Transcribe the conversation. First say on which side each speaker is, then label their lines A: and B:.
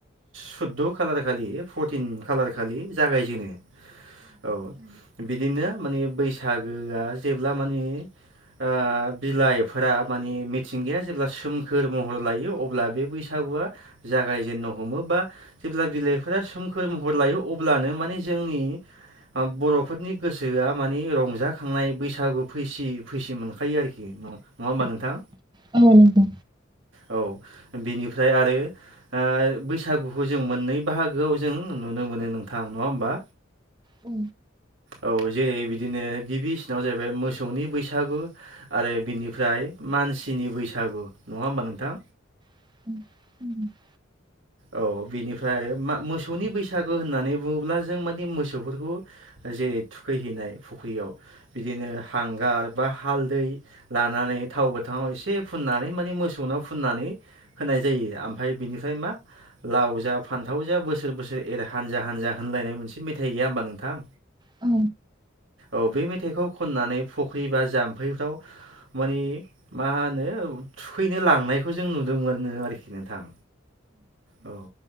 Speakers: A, on the right (about 70°); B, on the right (about 20°).
A: सुदद' खालार खालि फरटिन खालार खालि जागायजेनो। औ बिदिनो माने बैसागोआ जेब्ला माने ओ बिलाइफोरा माने मिथिंगाया जेब्ला सोमखोर महर लायो अब्ला बे बैसा गुवा जागाय जेनो हमो बा जेब्ला बिलाइफोरा सोमखोर महर लायो अब्लानो मानि जोंनि अ बर'फोरनि गोसोआ मानि रंजाखांनाय बैसागु फैसि फैसि मोनखायो आरोखि न नंङा होमबा नोंथां
B: नंगौ
A: औ बेनिफ्राय आरो ओ बैसागुखौ जों मोननै बाहागोआव जों नुनो मोनो नोंथां नङा होमबा
B: औ
A: औ जेरै बिदिनो गिबिसिनाव जाहैबाय मोसौनि बैसागु आरो बिनिफ्राय मानसिनि बैसागु नङा होमबा नोंथां
B: <inaudible>
A: औ बेनिफ्राय आरो मा मोसौनि बैसागो होननानै बुङोब्ला जों मादि मोसौफोरखौ जेरै थुखैहैनाय फुख्रियाव बिदिनो हांगार बा हालदै लानानै थाव गोथाङाव एसे फुननानै माने मोसौनाव फुननानै होनाय जायो आमफ्राय बिनिफ्राय मा लाव जा फान्थाव जा बोसोर बोसोर एर हानजा हानजा होनलायनाय मोनसे मेथाइ गैया होमबा नोंथां
B: औ
A: औ बे मेथाइखौ खननानै फुख्रि बा जाम्फैफ्राव मानि मा होनो थुखैनो लांनायखौ जों नुनोमोनो आरोखि नोंथां औ